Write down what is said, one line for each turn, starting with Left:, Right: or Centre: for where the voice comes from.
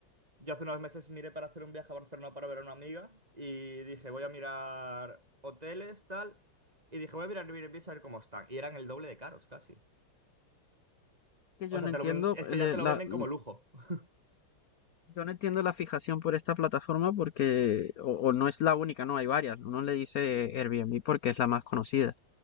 Right: yo hace unos meses miré para hacer un viaje a Barcelona para ver a una amiga y dije, voy a mirar hoteles, tal. Y dije, voy a mirar Airbnb a ver cómo están. Y eran el doble de caros, casi.
Left: que
Right: O
Left: yo
Right: sea,
Left: no
Right: te
Left: entiendo
Right: lo ven- es que
Left: le-
Right: ya te
Left: la,
Right: lo venden
Left: l-
Right: como lujo. <laughs>
Left: yo no entiendo la fijación por esta plataforma porque, o, o no es la única, no, hay varias. Uno le dice Airbnb porque es la más conocida.